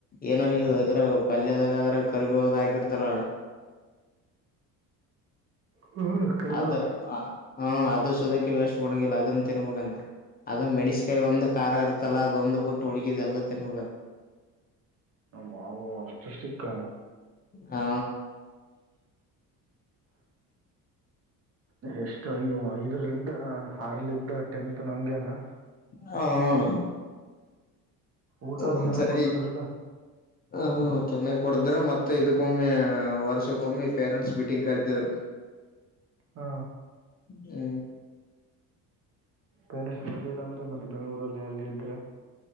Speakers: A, on the left (about 25°); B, on the right (about 40°).
A: ಏನ ನೀ ಈಗ ಇದ್ರಾಗ ಪಲ್ಯದಾಗ ಆದ್ರ ಕರಿಬಿ ಹದ ಹಾಕಿರ್ತಾರಡ
B: ಹ್ಞೂ ಕರಿಬೇವು
A: ಅದು ಹ ಅದು ವೇಸ್ಟ್ ಬಿಲ್ಲ ಅದನ್ನ ತಿನ್ಬೇಕಂತ ಅದ ಮೆಣಸಕಾಯಿ ಒಂದು ಖಾರ ಇರ್ತಲ್ಲ ಅದೊಂದು ಬ ಬಿಟ್ಟ ಉುಗಿದ ಎಲ್ಲ ತಿಿನ ಮುಗ
B: ಮಾವು ಅಷ್ಟುಷ್ಟಕ್ಕ
A: ಹಾ
B: ಎಷ್ಟ ಅಯ್ಯೋ ಐದರಲ್ದ ಆರ್ಲಿದ್ದ ಟೆಂತ್ ಮತ್ತುತ್ತ ನಗೆನಾ
A: ಹಣ
B: ಊಟ
A: ಒಂದ್ಸರಿ
B: ಚೆನ್ನಾಗಿ ಕೊಡ್ತಿದ್ರಲ್ಲ
A: ಹ ಚೆನ್ನ ಕೊಡದ್ರ ಮತ್ತ ಇದಕ್ಕೊಮ್ಮೆ ವರ್ಷಕ್ಕೊಮ್ಮೆ ಪೇರೆಂಟ್ಸ್ ಮೀಟಿಂಗ್ ಕರಿತಿದ್ರ
B: ಹಾ
A: ಹ್ಮ
B: ಪ್ಯಾರಿಸ್ ಬರಲಿಲ್ಲ ಅಂದ್ರೆ ಮತ್ತೆ ಬೆಂಗಳೂರಲ್ಲಿ ಅಲ್ಲಿ ಇದ್ರೆ